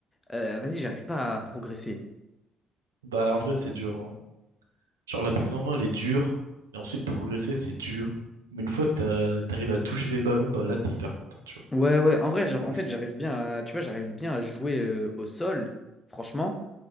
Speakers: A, on the left; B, on the right.
A: euh, vas-y, j'arrive pas à progresser.
B: Bah, en vrai, c'est dur. Genre la prise en main, elle est dure. Et ensuite, progresser, c'est dur. Mais une fois que t'as- que t'arrives à toucher les ballons, bah là, t'es hyper content, tu vois.
A: Ouais, ouais, en vrai, genre,
B: au
A: en fait,
B: jeu.
A: j'arrive bien à, tu vois, j'arrive bien à jouer euh, au sol, franchement.